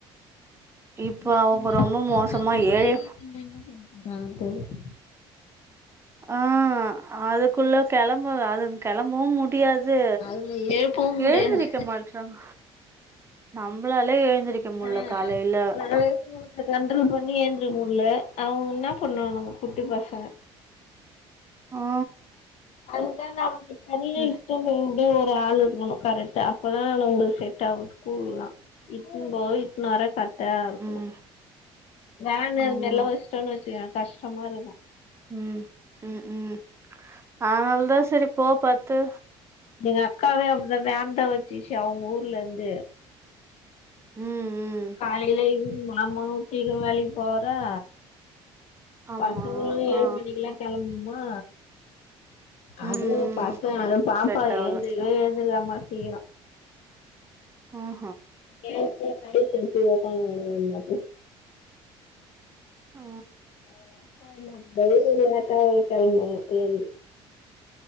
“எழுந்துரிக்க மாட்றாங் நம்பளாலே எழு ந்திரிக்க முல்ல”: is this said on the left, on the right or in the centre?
Right